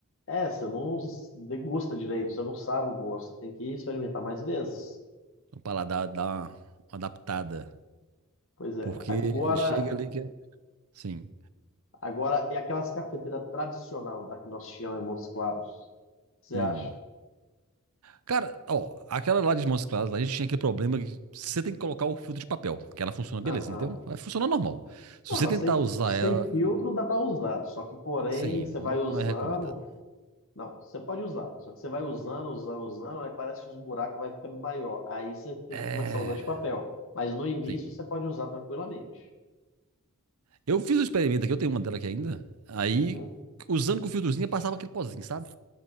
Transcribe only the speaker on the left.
É, você não degusta direito, você não sabe o gosto, você tem que experimentar mais vezes.
Pois é.
Agora,
agora, e aquelas cafeteiras tradicional da que nós tínhamos em Montes Claros? Você
acha?
Aham.
Não,
elas
têm,
sem
filtro dá para usar, só que porém
você
vai usando,
Não, você pode usar. Só que você vai usando, usando, usando, aí parece que os buracos vai ficando maior. Aí você tem
que começar a usar de papel. Mas no início
você pode usar tranquilamente.
Uhum,